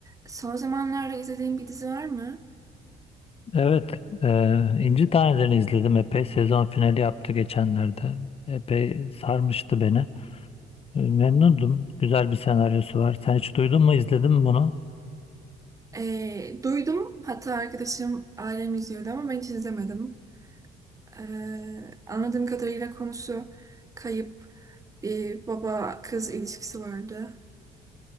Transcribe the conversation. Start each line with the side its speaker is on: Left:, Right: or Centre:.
Right: Son zamanlarda izlediğim bir dizi var mı?
Left: Evet, e, İnci Taneleri'ni izledim. Epey sezon finali yaptı geçenlerde. Epey sarmıştı beni. E, Memnundum. Güzel bir senaryosu var. Sen hiç duydun mu, izledin mi bunu?
Right: Ee, duydum. Hatta arkadaşım ailem izliyordu ama ben hiç izlemedim. Ee, anladığım kadarıyla konusu kayıp bir baba kız ilişkisi vardı.